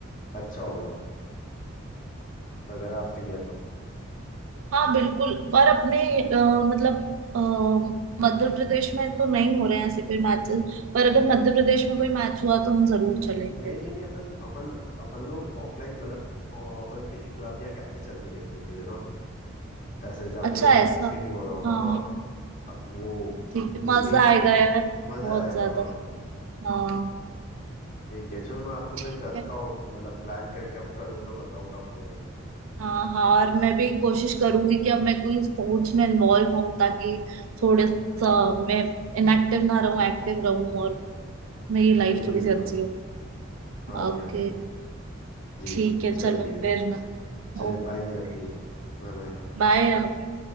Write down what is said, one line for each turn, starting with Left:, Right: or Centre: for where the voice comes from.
Left: अच्छा होगा अगर आप फ्री है तो
Right: हाँ, बिल्कुल पर अपने अ, मतलब अ, मध्य प्रदेश में तो नहीं हो रहे हैं ऐसे कोई मैचेस पर अगर मध्य प्रदेश में कोई मैच हुआ तो हम जरूर चलेंगे
Left: नहीं नहीं नहीं अपन अपन अपन लोग ऑफलाइन मतलब अ, अपन किसी क्लब या कैफे चलते देखने के लिए ना ऐसे जहाँ
Right: अच्छा
Left: पे
Right: ऐसा
Left: स्क्रीनिंग हो रहा होगा
Right: हाँ
Left: हाँ
Right: हाँ
Left: अब वो
Right: ठीक है
Left: वो
Right: मजा
Left: भी
Right: आएगा यार
Left: मजा
Right: बहुत
Left: आएगा
Right: ज्यादा
Left: हाँ
Right: हाँ
Left: ठीक है चलो मैं आपको
Right: ठीक
Left: फिर करता
Right: है
Left: हूँ मतलब प्लान करके अब करूंगा बताऊंगा आपको मैं
Right: हाँ हाँ और मैं भी कोशिश करूंगी कि अब मैं कोई स्पोर्ट्स में इन्वॉल्व हूँ ताकि थोड़ा सा मैं इनएक्टिव ना रहूँ एक्टिव रहूँ और मेरी लाइफ
Left: जी
Right: थोड़ी
Left: बिल्कुल
Right: सी अच्छी हो
Left: हाँ
Right: ओके
Left: जी हाँ जी जी
Right: ठीक है
Left: चलिए
Right: चलो फिर ना
Left: चलिए
Right: Okay
Left: बाय नहीं आती Bye bye
Right: bye